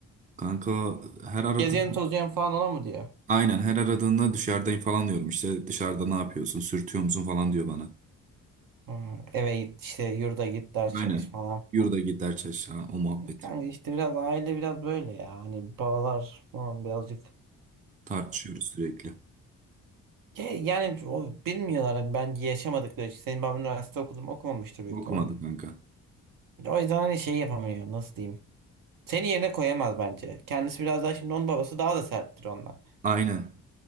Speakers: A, on the right; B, on the right.
A: Kanka her aradığında
B: Gezelim tozayım falan ona mı diyor?
A: aynen her aradığında dışarıdayım falan diyorum. İşte dışarıda ne yapıyorsun? Sürtüyor musun falan diyor bana.
B: Hmm, Eve git işte yurda git ders
A: Aynen.
B: çalış falan filan.
A: Yurda gider çarşı. o muhabbet.
B: Kanka işte biraz aile biraz böyle ya. Hani babalar falan birazcık
A: Tartışıyoruz sürekli.
B: Ya- Yani o, bilmiyorlar hani ben yaşamadıkları için. Senin baban üniversite okudum okumamıştır büyük
A: Okumadı
B: ihtimalle.
A: kanka.
B: O yüzden hani şey yapamıyor nasıl diyeyim. Seni yerine koyamaz bence. Kendisi biraz daha şimdi onun babası daha da serttir ondan.
A: Aynen.